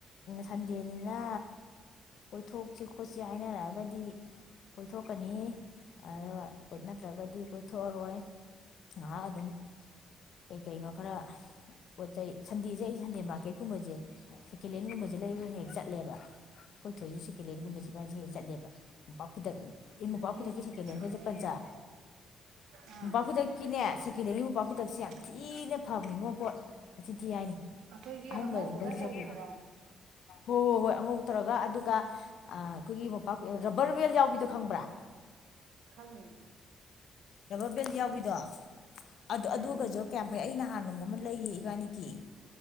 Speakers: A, on the left (about 65°); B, on the right (about 70°).
A: ꯁꯟꯗꯦꯅꯤꯅ ꯀꯣꯏꯊꯣꯛꯁꯤ ꯈꯣꯠꯁꯤ ꯍꯥꯏꯅꯔꯛꯑꯒꯗꯤ ꯀꯣꯏꯊꯣꯛꯀꯅꯤ ꯑꯗꯣ ꯅꯠꯇ꯭ꯔꯒꯗꯤ ꯀꯣꯏꯊꯣꯛꯑꯔꯣꯏ ꯉꯍꯥꯛ ꯑꯗꯨꯝ ꯀꯩ ꯀꯩꯅꯣ ꯈꯔ ꯄꯣꯠ ꯆꯩ ꯁꯟꯗꯦꯁꯦ ꯑꯩ ꯁꯟꯗꯦ ꯃꯥꯔꯀꯦꯠꯀꯨꯝꯕꯁꯦ ꯁꯦꯀꯦꯟ ꯍꯦꯟꯒꯨꯝꯕꯁꯦ ꯂꯩꯕꯁꯨ ꯍꯦꯛ ꯍꯦꯛ ꯆꯠꯂꯦꯕ ꯑꯩꯈꯣꯏ ꯊꯣꯏꯁꯨ ꯁꯦꯀꯦꯂꯦꯟꯒꯨꯝꯕꯁꯤ
B: ꯎꯝ
A: ꯏꯕꯥꯅꯤ ꯍꯦꯛ ꯍꯦꯛ ꯆꯠꯂꯦꯕ ꯃꯣꯝꯄꯥꯛ ꯐꯤꯗꯛ ꯏ ꯃꯣꯄꯥꯛꯐꯤꯗꯛꯀꯤ
B: ꯁꯟꯗꯦꯅ
A: ꯁꯦꯀꯦꯟ ꯍꯦꯟꯒꯩꯁꯦ
B: ꯁꯟꯗꯦꯗꯨꯅꯤ
A: ꯄꯟꯆꯥ
B: ꯑꯥ
A: ꯃꯣꯄꯥꯛꯐꯤꯗꯛꯀꯤꯅꯦ ꯁꯦꯀꯦꯟ ꯍꯦꯟꯒꯤ ꯃꯄꯥ ꯐꯤꯗꯛꯁꯦ ꯌꯥꯝ
B: ꯎꯝ
A: ꯊꯤꯅ ꯉꯣꯄꯣꯠ ꯅꯆꯤꯟꯊꯤ ꯍꯥꯏꯅꯤ
B: ꯑꯩꯈꯣꯏꯒꯤ
A: ꯑꯍꯟꯕꯗ
B: ꯑꯉꯧꯕꯒ
A: ꯂꯩꯗꯣꯏ
B: ꯇꯧꯕꯤꯗꯨꯔꯣ
A: ꯁꯔꯨꯛꯄꯨꯗꯤ ꯍꯣꯏ ꯍꯣꯏ ꯍꯣꯏ ꯑꯉꯧ ꯇꯧꯔꯒ ꯑꯗꯨꯒ ꯑꯩꯈꯣꯏꯒꯤ ꯃꯣꯄꯥꯛ ꯔꯕꯔ ꯋꯦꯜ ꯌꯥꯎꯕꯤꯗꯣ ꯈꯪꯕ꯭ꯔꯥ
B: ꯈꯪꯉꯤ
A: ꯔꯕꯔ ꯕꯦꯜ ꯌꯥꯎꯕꯤꯗꯣ ꯑꯗꯨ ꯑꯗꯨꯒꯁꯨ
B: ꯎꯝ
A: ꯀꯌꯥꯝ ꯐꯩ ꯑꯩꯅ ꯅꯍꯥꯟ ꯅꯣꯡꯃ ꯑꯃ ꯂꯩꯔꯨꯏ ꯏꯕꯥꯅꯤꯒꯤ